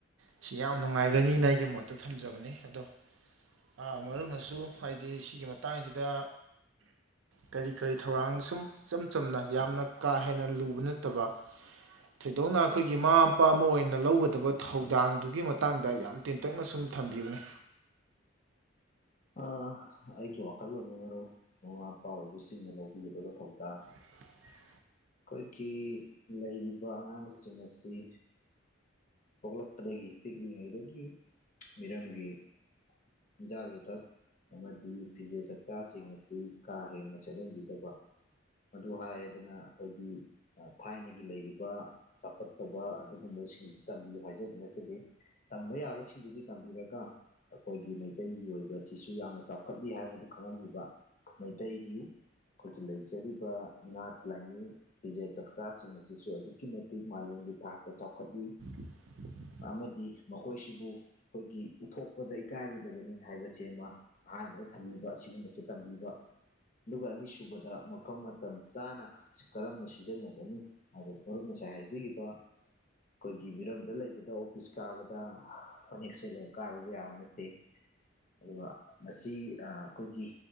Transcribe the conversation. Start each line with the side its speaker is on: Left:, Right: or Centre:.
Right: ꯁꯤ ꯌꯥꯝ ꯅꯨꯡꯉꯥꯏꯒꯅꯤꯅ ꯑꯩꯒꯤ ꯃꯣꯠꯇ ꯊꯝꯖꯕꯅꯤ ꯑꯗꯣ ꯑ ꯃꯔꯨꯞꯅꯁꯨ ꯍꯥꯏꯗꯤ ꯁꯤꯒꯤ ꯃꯇꯥꯡꯁꯤꯗ ꯀꯔꯤ ꯀꯔꯤ ꯊꯧꯔꯥꯡ ꯁꯨꯝ ꯏꯆꯝ ꯆꯝꯅ ꯌꯥꯝꯅ ꯀꯥ ꯍꯦꯟꯅ ꯂꯨꯕ ꯅꯠꯇꯕ ꯊꯣꯏꯗꯣꯛꯅ ꯑꯩꯈꯣꯏꯒꯤ ꯃꯃꯥ ꯃꯄꯥ ꯑꯃ ꯑꯣꯏꯅ ꯂꯧꯒꯗꯕ ꯊꯧꯗꯥꯡ ꯑꯗꯨꯒꯤ ꯃꯇꯥꯡꯗ ꯌꯥꯝ ꯇꯦꯟꯇꯛꯅ ꯁꯨꯝ ꯊꯝꯕꯤꯌꯨꯅꯦ
Left: ꯑ ꯑꯩꯒꯤ ꯋꯥꯈꯜꯂꯣꯟ ꯃꯔꯨꯞ ꯃꯃꯥ ꯃꯄꯥ ꯑꯣꯏꯕꯁꯤꯡꯅ ꯂꯧꯕꯤꯒꯗꯕ ꯊꯧꯗꯥꯡ
Right: <inaudible>
Left: ꯑꯩꯈꯣꯏꯒꯤ ꯂꯩꯔꯤꯕ ꯑꯉꯥꯡꯁꯤꯡ ꯑꯁꯤ ꯄꯣꯛꯂꯛꯄꯗꯒꯤ ꯄꯤꯛꯂꯤꯉꯩꯗꯒꯤ ꯃꯤꯔꯝꯒꯤ ꯆꯤꯟꯖꯥꯛ ꯌꯨꯊꯛ ꯑꯃꯗꯤ ꯐꯤꯖꯦꯠ ꯆꯥꯛꯆꯥꯁꯤꯡ ꯑꯁꯤ ꯀꯥ ꯍꯦꯟꯅ ꯁꯦꯠꯍꯟꯕꯤꯗꯕ ꯑꯗꯨ ꯍꯥꯏꯌꯦꯗꯅ ꯑꯩꯈꯣꯏꯒꯤ ꯊꯥꯏꯅꯒꯤ ꯂꯩꯔꯤꯕ ꯆꯥꯎꯈꯠꯇꯕ ꯑꯗꯨꯒꯨꯝꯕꯁꯤꯡꯗꯨ ꯇꯝꯕꯤꯌꯨ ꯍꯥꯏꯖꯕ ꯅꯠꯆꯗꯦ ꯇꯝꯕ ꯌꯥꯕꯁꯤꯡꯗꯨꯗꯤ ꯇꯝꯕꯤꯔꯒ ꯑꯩꯈꯣꯏꯒꯤ ꯃꯩꯇꯩꯒꯤ ꯑꯣꯏꯕꯁꯤꯁꯨ ꯌꯥꯝꯅ ꯆꯥꯎꯈꯠꯂꯤ ꯍꯥꯏꯕꯗꯨ ꯈꯪꯍꯟꯕꯤꯕ ꯃꯩꯇꯩꯒꯤ ꯑꯩꯈꯣꯏꯒꯤ ꯂꯩꯖꯔꯤꯕ ꯅꯥꯠ ꯂꯥꯏꯅꯤꯡ ꯐꯤꯖꯦ ꯆꯛꯆꯥꯁꯤꯡ ꯑꯁꯤꯁꯨ ꯑꯗꯨꯛꯀꯤ ꯃꯇꯤꯛ ꯃꯥꯂꯦꯝ ꯒꯤ ꯊꯥꯛꯇ ꯆꯥꯎꯈꯠꯂꯤ
Right: <inaudible>
Left: ꯑꯃꯗꯤ ꯃꯈꯣꯏꯁꯤꯕꯨ ꯑꯈꯣꯏꯒꯤ ꯄꯨꯊꯣꯛꯄꯗ ꯏꯀꯥꯏꯔꯣꯏꯗꯕꯅꯤ ꯍꯥꯏꯕꯖꯦꯃꯥ ꯑꯍꯥꯟ ꯑꯗ ꯊꯝꯃꯤꯕ ꯑꯁꯤꯒꯨꯝꯕꯁꯦ ꯇꯝꯕꯤꯕ ꯑꯗꯨꯒ ꯑꯅꯤꯁꯨꯨꯕꯗ ꯃꯐꯝ ꯃꯇꯝ ꯆꯥꯅ ꯀꯔꯝꯅ ꯁꯤꯖꯤꯟꯅꯒꯅꯤ ꯍꯥꯏꯕꯗꯨ ꯃꯔꯨꯞꯅ ꯗꯥꯏ ꯍꯥꯏꯕꯤꯒꯤꯕ ꯑꯈꯣꯏꯒꯤ ꯒꯤ ꯃꯤꯔꯝꯗ ꯂꯩꯕꯗ ꯑꯣꯐꯤꯁ ꯀꯥꯕꯗꯥ ꯍꯥ ꯐꯅꯦꯛ ꯁꯦꯠꯂ ꯀꯥꯔꯨꯕ ꯌꯥꯕ ꯅꯠꯇꯦ ꯑꯗꯨꯒ ꯃꯁꯤ ꯑꯥ ꯑꯈꯣꯏꯒꯤ